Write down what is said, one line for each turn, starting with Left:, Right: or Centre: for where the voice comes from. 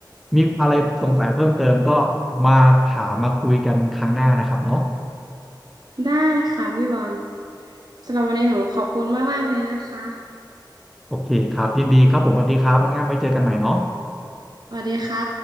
Centre: มีอะไรสงสัยเพิ่มเติมก็มาถามมาคุยกันครั้งหน้านะครับเนาะ
Right: ได้ค่ะพี่บอลสำหรับวันนี้หนูขอบคุณมากๆเลยนะคะ
Centre: โอเคครับยินดีครับผมสวัสดีครับน้องแอมไว้เจอกันใหม่เนาะ
Right: สวัสดีค่ะ